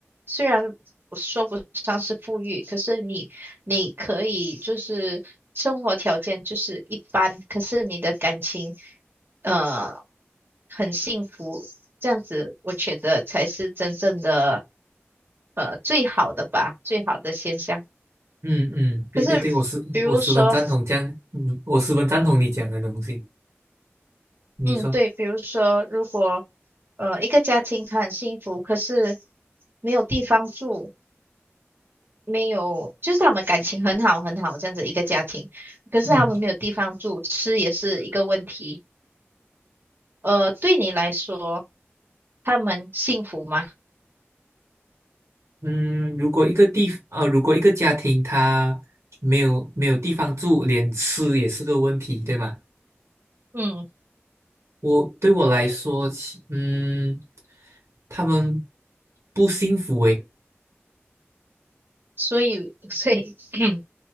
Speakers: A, on the right; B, on the right.
A: 虽然我说不上是富裕，可是你你可以就是生活条件就是一般，可是你的感情呃很幸福，这样子我觉得才是真正的呃最好的吧，最好的现象。
B: 嗯嗯，对对对，
A: 可是比如说，
B: 我十我十分赞同这样，嗯，我十分赞同你讲的东西。你说，
A: 嗯，对，比如说如果呃一个家庭他很幸福，可是没有地方住，没有就是他们感情很好很好这样子一个家庭，可是他们没有地方住，
B: 嗯。
A: 吃也是一个问题。呃，对你来说。他们幸福吗？
B: 嗯，如果一个地，呃，如果一个家庭他没有没有地方住，连吃也是个问题，对吗？
A: 嗯，
B: 我对我来说，其嗯，他们不幸福诶，
A: 所以 <laughs> 所以 <clears throat>